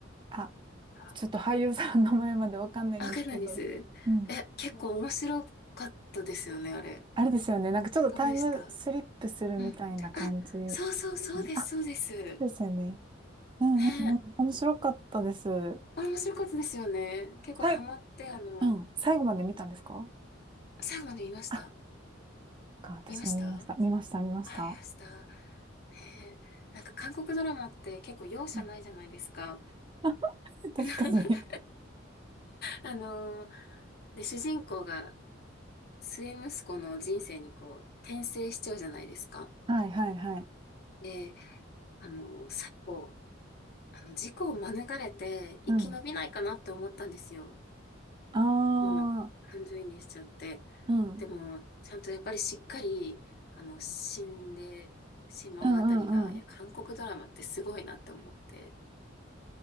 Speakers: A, on the right; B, on the left.
A: あ、
B: あ、
A: ちょっと俳優さんの名前までわかんないんですけど。
B: わかるんないです。
A: うん。
B: え、結構面白かったですよね、あれ。
A: あれですよね。なんかちょっとタイムスリップするみたいな感じ。
B: どうでしたうん。あ、そうそう、そうです、
A: あ、
B: そうです。
A: そうですよね。うんうんうん。
B: ね、
A: 面白かったです。うん
B: あ面白かったですよね。結構ハマって、
A: はい。
B: あの、
A: うん。最後まで見たんですか
B: 最後まで見ました。
A: あ、そっか、私も見ました。
B: 見ました
A: 見ました、見ました。
B: あ、見ました。ねえ、なんか韓国ドラマって結構容赦ないじゃないですか。
A: うん <laughs> 確かに
B: <laughs> あのーで、主人公が末息子の人生にこう、転生しちゃうじゃないですか。
A: はいはいはい。
B: で、あのー最後、あの、事故を免れて生き延びないかなって思ったんですよ。
A: うん。あ
B: もう、
A: あ。
B: 感情移入しちゃって。
A: うん。うん
B: でも、ちゃんとやっぱりしっかり、あの、死んでしまうあたりが、
A: うんうん。
B: いや、韓国ドラマってすごいなって思って。